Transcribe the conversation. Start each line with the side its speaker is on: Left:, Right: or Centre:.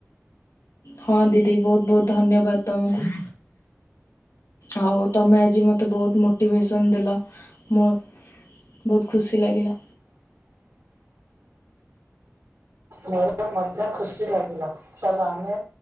Left: ହଁ ଦିଦି ବହୁତ ବହୁତ ଧନ୍ୟବାଦ ତମକୁ। ଆଉ ତମେ ଆଜି ମତେ ବହୁତ ମୋଟିଭେସନ ଦେଲ ମୋ ବହୁତ ଖୁସି ଲାଗିଲା।
Right: ମୋ ମଧ୍ୟ ଖୁସି ଲାଗିଲା ଚାଲ ଆମେ